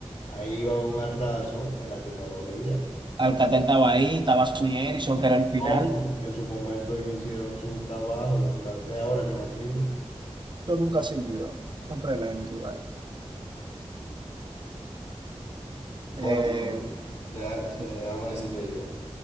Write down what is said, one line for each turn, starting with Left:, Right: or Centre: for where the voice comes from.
Left: ahí va a haber un atraso en la tecnología.
Right: Alcatel estaba ahí, estaba Sonny Erickson, que era el final.
Left: No, pues, en su momento ellos hicieron su trabajo, los trataste ahora que no sirven.
Right: Esto nunca sirvió. Siempre la gente igual.
Left: Bueno,
Right: Eh,
Left: deja- eh,
Right: sí.
Left: déjame decirte yo.